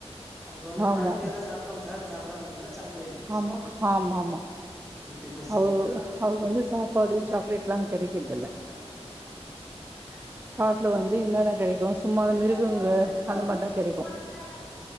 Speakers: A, in the centre; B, on the right (about 20°).
A: அவங்க வந்து
B: ஆமா
A: பழங்க எல்லாம் சாப்பிட்டு அவங்க ச சாப்டாம <unintelligible> கொசோ
B: ஆமா ஆமா ஆமா
A: இது கொசோ
B: அவ அவுங்க வந்து சாப்பாடு
A: <unintelligible>
B: சாக்லேட்லா கெடைக்கறதில்ல காட்டுல வந்து என்னன்னா கெடைக்கு சும்மாத
A: அதா
B: மிருகுங்க
A: சொல்றே நா கோதும
B: அந்த மாரிதா
A: வச்சுட்டு
B: கெடைக்கு
A: போன யார